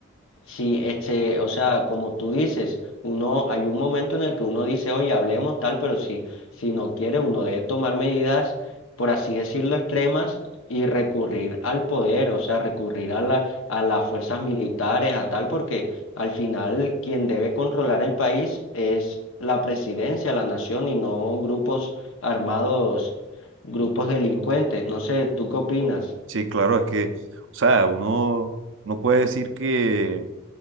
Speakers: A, on the left; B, on the right.
A: Sí, este, o sea, como tú dices, uno, hay un momento en el que uno dice, oye, hablemos tal, pero si, si no quiere, uno debe tomar medidas, por así decirlo, extremas y recurrir al poder, o sea, recurrir a la, a las fuerzas militares, a tal, porque al final quien debe controlar el país es la presidencia, la nación y no grupos armados, grupos delincuentes. No sé, ¿tú qué opinas?
B: Sí, claro, es que, o sea, uno no puede decir que,